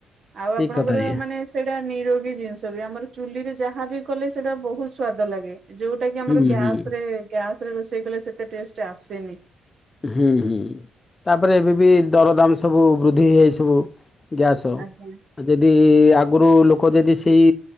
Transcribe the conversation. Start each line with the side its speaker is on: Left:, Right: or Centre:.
Right: ଆଉ
Left: ଠିକ
Right: ଆପଣଙ୍କର
Left: କଥା ଆଜ୍ଞା
Right: ମାନେ ସେଇଟା ନିରୋଗୀ ଜିନିଷ ବି ଆମର ଚୁଲିରେ ଯାହାବି କଲେ ସେଇଟା ବହୁତ ସ୍ଵାଦ ଲାଗେ। ଯୋଉଟା କି ଆମର
Left: ହୁଁ
Right: ଗ୍ୟାସ
Left: ହୁଁ।
Right: ରେ ଗ୍ୟାସ ରେ ରୋଷେଇ କଲେ ସେତେ ଟେଷ୍ଟ ଆସେନି।
Left: ହୁଁ ହୁଁ ତାପରେ ଏବେ ବି ଦରଦାମ ସବୁ ବୃଦ୍ଧି ହେଇଯାଇଚି ସବୁ। ଗ୍ୟାସ
Right: ଆଜ୍ଞା
Left: ଆ ଯଦି ଆଗରୁ ଲୋକ ଯଦି ସେଇ